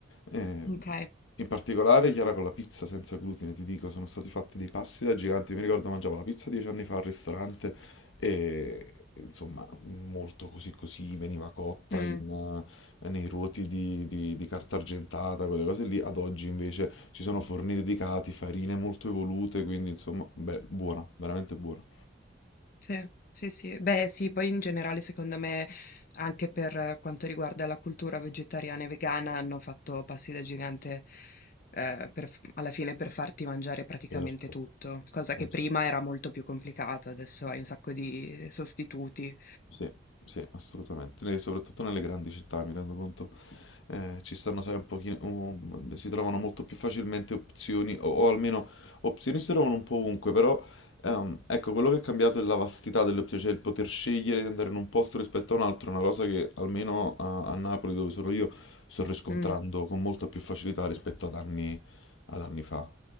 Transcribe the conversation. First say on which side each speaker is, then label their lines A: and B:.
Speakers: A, on the left; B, on the left.
A: Eh,
B: Ok.
A: in particolare, Chiara con la pizza senza glutine, ti dico, sono stati fatti dei passi da giganti. Mi ricordo mangiavo la pizza dieci anni fa al ristorante e insomma, molto così così, veniva cotta
B: Mm.
A: in, eh, nei ruoti di, di- di carta argentata, quelle cose lì. Ad oggi invece ci sono forni dedicati, farine molto evolute, quindi insomma, beh, buona, veramente buona.
B: Sì, sì, sì. Beh, sì, poi in generale secondo me anche per eh, quanto riguarda la cultura vegetariana e vegana hanno fatto passi da gigante eh, per f- alla fine per farti mangiare praticamente
A: Certo,
B: tutto, cosa
A: certo.
B: che prima era molto più complicata, adesso hai un sacco di sostituti.
A: Sì, sì, assolutamente. E soprattutto nelle grandi città, mi rendo conto. eh, ci stanno, sai, un pochino, un- si trovano molto più facilmente opzioni, o, o almeno opzioni si trovano un po' ovunque, però ehm, ecco, quello che è cambiato è la vastità delle opzioni, cioè il poter scegliere di andare in un posto rispetto a un altro, è una cosa che almeno a, a Napoli, dove sono io, sto riscontrando
B: Mm,
A: con molta più facilità rispetto ad anni, ad anni fa.